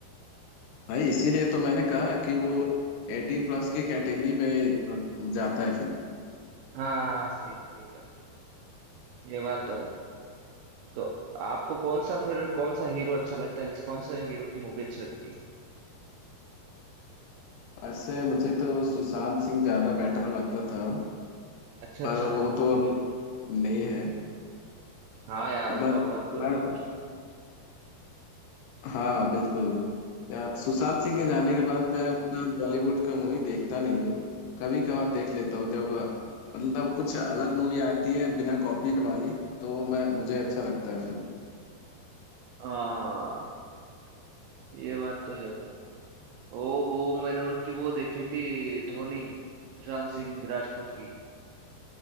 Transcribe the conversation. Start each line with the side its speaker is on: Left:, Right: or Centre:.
Left: भाई इसीलिए तो मैंने कहा कि वो एटीन प्लस की कैटेगरी में जाता है फिल्म
Right: हाँ सही सही है भाई ये बात तो है तो आपको कौन सा फिर कौन सा हीरो अच्छा लगता है जिस कौन सा हीरो की मूवी अच्छी लगती है
Left: वैसे मुझे तो सुशांत सिंह ज्यादा बेटर लगता था
Right: अच्छा
Left: पर
Right: अच्छा
Left: वो तो अभी नहीं है
Right: हाँ यार उनका
Left: मत
Right: बहुत बुरा
Left: मैं
Right: हुआ
Left: हाँ बिल्कुल या सुशांत सिंह के जाने के बाद मैं उतना बॉलीवुड का मूवी देखता नहीं हूँ कभी कभार देख लेता हूँ जब मतलब कुछ अलग मूवी आती है बिना कॉपीड वाली तो मैं मुझे अच्छा लगता है फिल्म
Right: हाँ ये बात तो है भाई वो वो मैंने उनकी वो देखी थी धोनी सुशांत सिंह राजपूत की